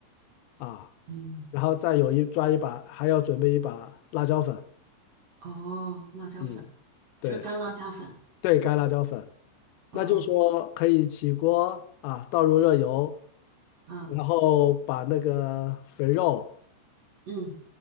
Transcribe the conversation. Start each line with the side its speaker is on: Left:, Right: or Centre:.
Left: 啊，
Right: 嗯
Left: 然后再有一抓一把，还要准备一把辣椒粉，
Right: 哦辣椒粉
Left: 嗯，对
Right: 就是干辣椒粉
Left: 对，干辣椒粉。那就是说可以起锅啊，
Right: 哦
Left: 倒入热油，
Right: 嗯
Left: 然后把那个肥肉，
Right: 嗯。